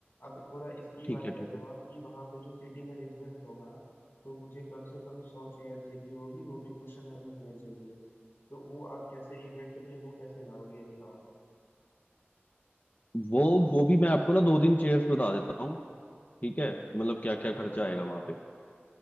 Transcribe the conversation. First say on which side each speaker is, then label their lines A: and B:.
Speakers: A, on the left; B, on the left.
A: अब थोड़ा इसकी
B: ठीक
A: बात
B: है
A: कर
B: ठीक
A: लो
B: है
A: आप कि वहाँ पे जो सीटिंग अरेंजमेंट होगा तो मुझे कम से कम सौ चेयर चाहिए होगी वो भी कुशन वाली चेयर चाहिए तो वो आप कैसे इवेंट में वो कैसे लाओगे ये बताओ
B: वो वो भी मैं आपको ना दो तीन चेयर्स बता देता हूँ ठीक है मतलब क्या क्या
A: हाँ हाँ
B: खर्चा
A: बताओ
B: आएगा
A: बताओ
B: वहां पे